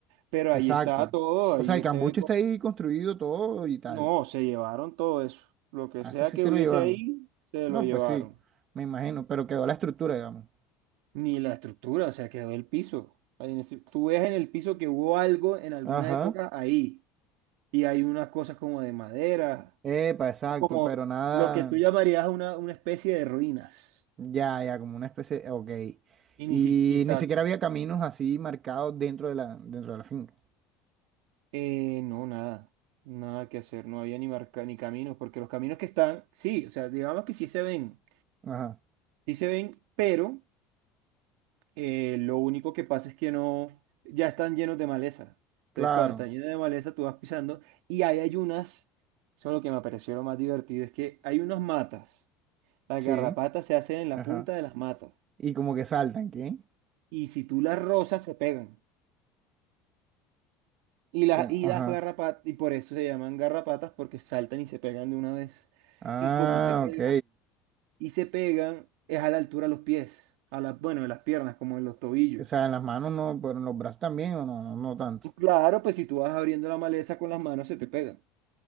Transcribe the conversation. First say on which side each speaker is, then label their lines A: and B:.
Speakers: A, on the right; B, on the right.
A: Pero
B: Exacto.
A: ahí está todo,
B: O
A: ahí
B: sea, el cambuche
A: se ve
B: está ahí construido todo y tal.
A: No, se llevaron todo eso. Lo que
B: A
A: sea
B: eso sí
A: que
B: se
A: hubiese
B: lo llevaron.
A: ahí, se
B: No,
A: lo llevaron.
B: pues sí, me imagino, pero quedó la estructura, digamos.
A: Ni la estructura, o sea, quedó el piso. Ahí en ese- Tú ves en el piso que hubo algo en alguna
B: Ajá.
A: época ahí. Y hay unas cosas como de madera,
B: Epa, exacto,
A: como
B: pero nada,
A: lo que tú llamarías una, una especie de ruinas.
B: ya, ya, como una especie, ok.
A: Y
B: Y
A: ni si- Exacto.
B: ni siquiera había caminos así marcados dentro de la, dentro de la finca.
A: Eh, no, nada. Nada que hacer. No había ni marca, ni caminos, porque los caminos que están, sí, o sea, digamos que sí se ven.
B: Ajá,
A: Sí se ven, pero eh, lo único que pasa es que no, ya están llenos de maleza. Entonces,
B: claro,
A: cuando están llenos de maleza, tú vas pisando y ahí hay unas, eso es lo que me pareció lo más divertido, es que hay unas matas. Las
B: sí,
A: garrapatas se hacen en la
B: ajá.
A: punta de las matas
B: Y como que saltan, ¿qué?
A: y si tú las rozas, se pegan. Y las,
B: Como,
A: y
B: ajá.
A: las garrapatas, y por eso se llaman garrapatas, porque saltan y se pegan de una vez.
B: Ah,
A: Y como se pegan,
B: ok.
A: y se pegan, es a la altura de los pies, a las, bueno, de las piernas, como en los tobillos.
B: O sea, en las manos no, pero en los brazos también, o no, no, no tanto.
A: Claro, pues si tú vas abriendo la maleza con las manos, se te pega.